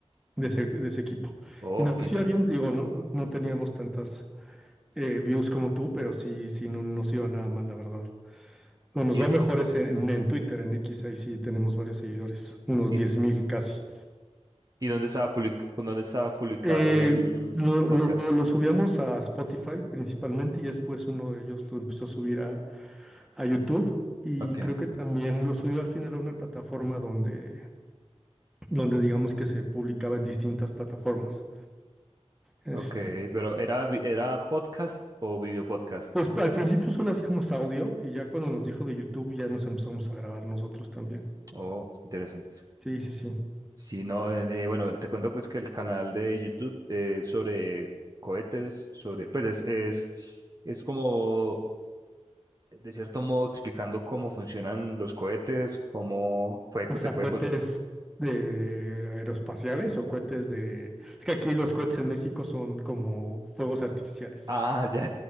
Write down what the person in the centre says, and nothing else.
de ese, de ese equipo.
Y nos
iba bien, digo, no, no teníamos tantas eh, views como tú, pero sí, sí, no no nos iba nada mal, la verdad. Lo nos
va mejor es en, en Twitter, en X, ahí sí tenemos varios seguidores, unos
diez mil casi.
Eh,
lo,
lo- lo subíamos a Spotify principalmente y después uno de ellos lo empezó a subir a, a YouTube y
creo que también lo subió al final a una plataforma donde, donde digamos que se publicaba en distintas plataformas. Este,
pues al principio solo hacíamos audio y ya cuando nos dijo de YouTube ya nos empezamos a grabar nosotros también.
Sí, sí, sí.
O
sea,
cohetes
de aeroespaciales o cohetes de... Es que aquí los cohetes en México son como fuegos artificiales.